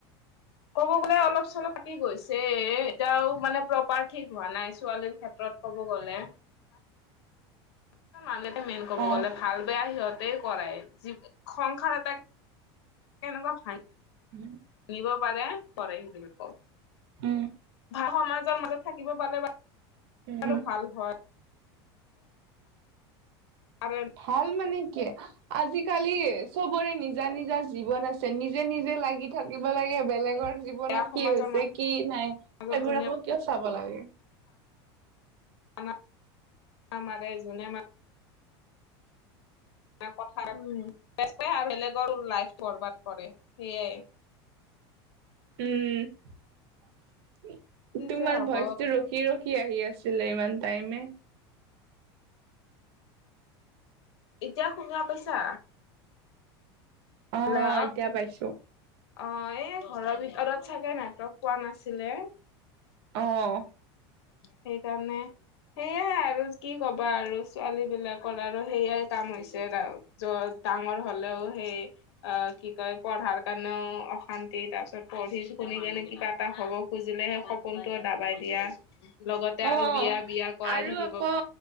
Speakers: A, on the left (about 85°); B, on the right (about 70°).
A: <inaudible> ক'ব গ'লে অলপ চলপ থাকি গৈছে এতিয়াও মানে প্ৰপাৰ ঠিক হোৱা নাই ছোৱালীৰ ক্ষেত্ৰত। ক'ব গ'লে। <unintelligible> মেইন ক'ব
B: অ
A: গ'লে। ভাল বেয়া সিহঁতেই কৰাই যি সংসাৰ এটাক কেনেকুৱা ভা
B: হম।
A: নিব পাৰে কৰেই সি <unintelligible>
B: উম।
A: ভা সমাজৰ মাজত থাকিব পালে বাৰু
B: উম।
A: ভাল হয়। আৰু এণ
B: ভাল মানে কি আজিকালি চবৰে নিজ নিজা -নিজা জীৱন আছে নিজে -নিজে লাগি থাকিব লাগে বেলেগৰ জীৱনত
A: বেয়া সমাজৰ
B: কি হৈছে কি নাই সেইবোৰ
A: মাজত যোনে
B: আকৌ কিয় চাব লাগে।
A: আমাৰ আমাৰে জোনে মা <inaudible> কথা <unintelligible> আৰু বেলেগৰ লাইফ বৰবাদ কৰে সেইয়াই।
B: উম
A: কি
B: তোমাৰ
A: যে হব
B: ভইচটো ৰখ ৰখি ৰখি আহি আছিলে ইমান টাইমে।
A: এতিয়া শুনা পাইছা
B: অ
A: হেল্ল'।
B: এতিয়া পাইছো
A: অ এই ঘৰৰ ভিতৰত চাগে নেটৱৰ্ক পোৱা নাছিলে
B: অঁ
A: সেইকাৰণে সেয়াই আৰু কি ক'বা আৰু ছোৱালী বিলাকৰ আৰু সেইয়াই কাম হৈছে ৰা যত ডাঙৰ হলেও সেই অ কি কয় পঢ়াৰ কাৰণেও অশান্তি কি তাৰ পিছত পঢ়ি শুনি কেনে কিবা এটা হ'ব খুজিলে সেই সপোনটোও দাবাই দিয়া লগতে
B: অ
A: আৰু বিয়া বিয়া কৰাই
B: আৰু
A: থাকিব
B: আকৌ